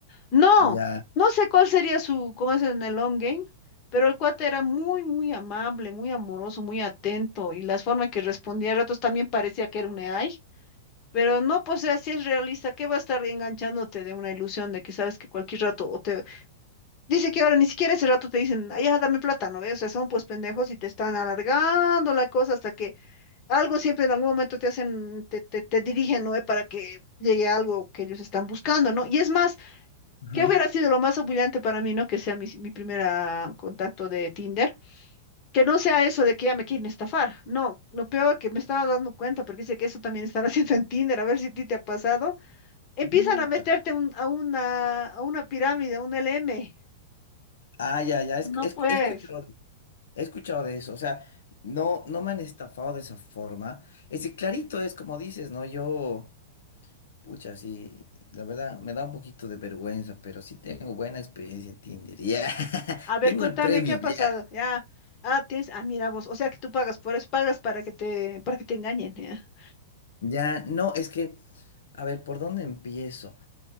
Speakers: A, on the left; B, on the left.
A: No,
B: Ya.
A: no sé cuál sería su, cómo es en el long game, pero el cuate era muy, muy amable, muy amoroso, muy atento y las formas que respondía a ratos también parecía que era un AI. Pero no, pues eh, así es realista, ¿qué va a estar enganchándote de una ilusión de que sabes que cualquier rato o te dice que ahora ni siquiera ese rato te dicen, "Ay, ya, dame plata, ¿no ves? O sea, son pues pendejos y te están alargando la cosa hasta que algo siempre en algún momento te hacen, te, te, te dirigen, ¿no ve? Para que llegue a algo que ellos están buscando, ¿no? Y es más,
B: Ajá.
A: ¿qué hubiera sido lo más humillante para mí, ¿no? Que sea mi, mi primer contacto de Tinder. Que no sea eso de que ya me quieren estafar. No, lo peor que me estaba dando cuenta, porque dice que eso también están <laughs> haciendo en Tinder, a ver si a ti te ha pasado Empiezan
B: Puta.
A: a meterte un- a una, a una pirámide, a un LM.
B: Ah, ya, ya. Es,
A: No
B: es-
A: pues.
B: he escuchado, he escuchado de eso. O sea, no, no me han estafado de esa forma. Ese clarito es como dices, ¿no? Yo, pucha, sí, la verdad, me da un poquito de vergüenza, pero sí tengo buena experiencia en Tinder. Ya. <laughs>
A: A ver,
B: Tengo
A: contame
B: el premio,
A: qué ha pasado.
B: ya.
A: Ya. Ah, tienes. Ah, mira vos. O sea que tú pagas por eso, pagas para que te, para que te engañen, ya.
B: Ya, no, es que, a ver, ¿por dónde empiezo?